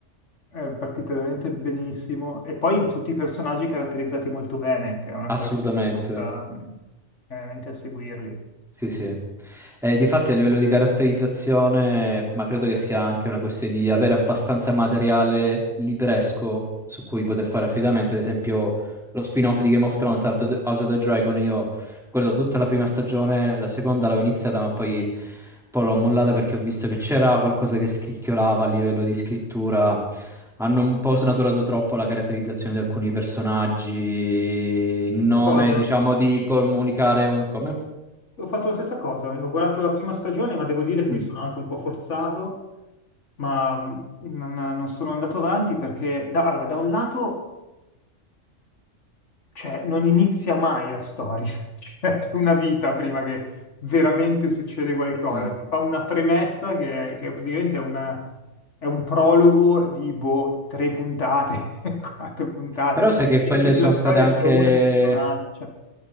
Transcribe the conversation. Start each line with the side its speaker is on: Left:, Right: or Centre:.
Left: è, è partita veramente benissimo e poi tutti i personaggi caratterizzati molto bene, che è una
Centre: Assolutamente.
Left: cosa che ti porta mh, veramente a seguirli.
Centre: Sì, sì. E difatti a livello di caratterizzazione, ma credo che sia anche una questione di avere abbastanza materiale libresco su cui poter fare affidamento. Ad esempio, lo spin-off di Game of Thrones, House of the House of the Dragon, io guardo tutta la prima stagione, la seconda l'avevo iniziata, ma poi, poi l'ho mollata perché ho visto che c'era qualcosa che scricchiolava a livello di scrittura. Hanno un po' snaturato troppo la caratterizzazione di alcuni personaggi, in
Left: Stessa
Centre: nome,
Left: cosa.
Centre: diciamo, di comunicare un... Come?
Left: Ho fatto la stessa cosa, ho guardato la prima stagione, ma devo dire che
Centre: Mm.
Left: mi sono anche un po' forzato, ma mh, non, non sono andato avanti perché da, allora, da un lato... cioè, non inizia mai la storia, <laughs> cioè, c'è una vita prima che veramente succede qualcosa.
Centre: Mm.
Left: Ti fa una premessa che, che praticamente è, una- è un prologo di boh, tre puntate, <laughs> quattro puntate.
Centre: Però sai che
Left: Pensi
Centre: quelle
Left: che
Centre: sono
Left: la storia
Centre: state anche,
Left: sia una e diventa un'altra. Cioè,